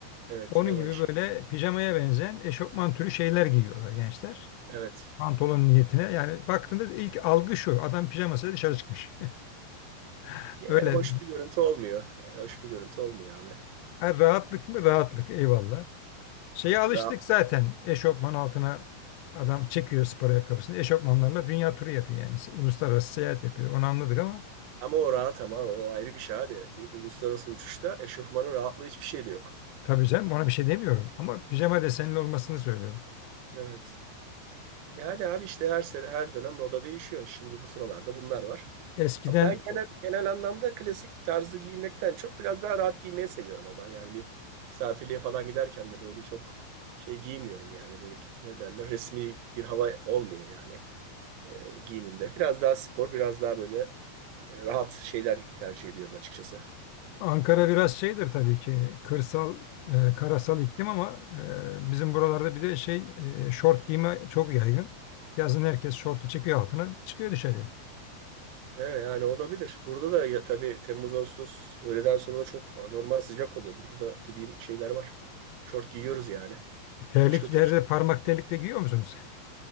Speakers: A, on the right (about 85°); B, on the left (about 90°).
A: Evet,
B: Onun
A: yama
B: gibi
A: iş.
B: böyle pijamaya benzeyen eşofman türü şeyler giyiyorlar gençler.
A: Evet.
B: Pantolon niyetine yani baktığında ilk algı şu adam pijamasıyla dışarı çıkmış. <laughs>
A: Yani
B: Öyle
A: hoş bir görüntü olmuyor. E, Hoş bir görüntü olmuyor abi.
B: Ha, rahatlık mı? Rahatlık. Eyvallah. Şeye
A: Ya
B: alıştık
A: rahat.
B: zaten. Eşofman altına adam çekiyor spor ayakkabısını. Eşofmanlarla dünya turu yapıyor yani. Uluslararası seyahat yapıyor. Onu anladık ama
A: Ama o rahat ama o ayrı bir şey abi. U- Uluslararası uçuşta eşofmanın rahatlığı hiçbir şey de yok.
B: tabii canım ona bir şey demiyorum. Ama pijama desenli
A: Evet.
B: olmasını söylüyorum.
A: Evet. Yani abi işte her sene, her dönem moda değişiyor. Şimdi bu sıralarda bunlar var.
B: Eskiden
A: Ama ben genel, genel anlamda klasik tarzı giymekten çok biraz daha rahat giymeyi seviyorum ama yani bir misafirliğe falan giderken de böyle çok şey giymiyorum yani böyle ne derler resmi bir hava olmuyor yani e, giyimimde. Biraz daha spor, biraz daha böyle e, rahat şeyler tercih ediyorum açıkçası.
B: Ankara biraz şeydir tabii ki kırsal, e, karasal iklim ama e, bizim buralarda bir de şey e, şort giyme çok yaygın. Yazın herkes şortu çıkıyor altına, çıkıyor dışarıya.
A: Evet, yani olabilir. Burada da ya, tabii Temmuz Ağustos öğleden sonra da çok anormal sıcak oluyor. Burada da dediğin şeyler var. Şort giyiyoruz yani.
B: Terliklerde
A: Başka türlü şey
B: parmak terlik de giyiyor musunuz? <laughs>